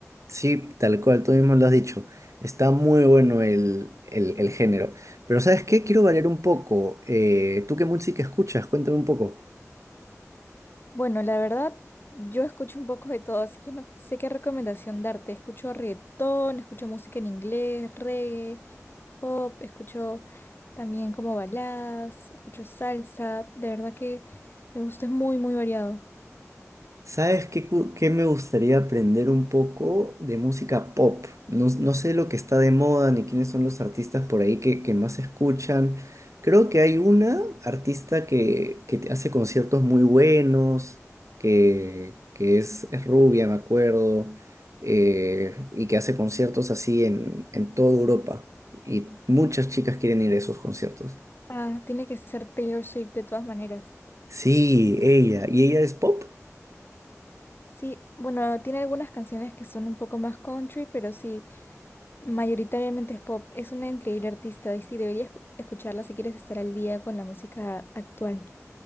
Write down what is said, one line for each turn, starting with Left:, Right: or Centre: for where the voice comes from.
Right: Sí, tal cual, tú mismo lo has dicho. Está muy bueno el, el- el género. Pero ¿sabes qué? Quiero variar un poco. Eh, ¿tú qué música escuchas? Cuéntame un poco.
Left: Bueno, la verdad, yo escucho un poco de todo, así que no sé qué recomendación darte. Escucho reggaetón, escucho música en inglés, reggae, pop, escucho también como baladas, escucho salsa. De verdad que me gusta, es muy, muy variado.
Right: ¿Sabes qué, cu- qué me gustaría aprender un poco de música pop? No, no sé lo que está de moda ni quiénes son los artistas por ahí que, que más escuchan. Creo que hay una artista que, que te hace conciertos muy buenos, que, que es, es rubia, me acuerdo, eh, y que hace conciertos así en, en toda Europa. Y muchas chicas quieren ir a esos conciertos.
Left: Ah, tiene que ser Taylor Swift de todas maneras.
Right: Sí, ella. ¿Y ella es pop?
Left: Sí, bueno, tiene algunas canciones que son un poco más country, pero sí, Mayoritariamente es pop. Es una increíble artista y sí, deberías escu- escucharla si quieres estar al día con la música actual.